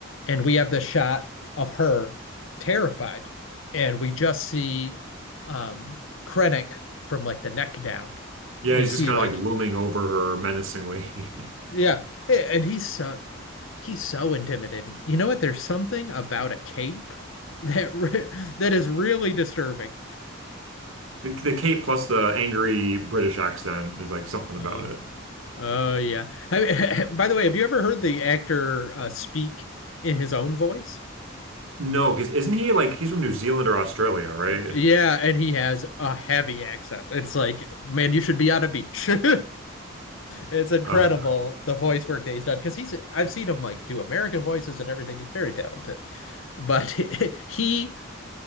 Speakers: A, on the left; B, on the right.
A: and we have the shot of her terrified, and we just see um Krennic from like the neck down.
B: Yeah,
A: We
B: he's
A: see
B: just kind
A: like
B: of like looming over her menacingly. <laughs>
A: yeah, hey, and he's so He's so intimidating. You know what? There's something about a cape that re <laughs> that is really disturbing.
B: The, the cape plus the angry British accent, there's like something about
A: Uh,
B: it.
A: oh yeah. Have- <laughs> by the way, have you ever heard the actor uh, speak in his own voice?
B: No, because isn't he like he's from New Zealand or Australia, right?
A: Uh, Yeah, and he has a heavy accent. It's like, man, you should be on a beach. <laughs> It's incredible
B: Oh,
A: the voice work that he's done because he's I've seen him like do American voices and everything. He's very talented, but <laughs> he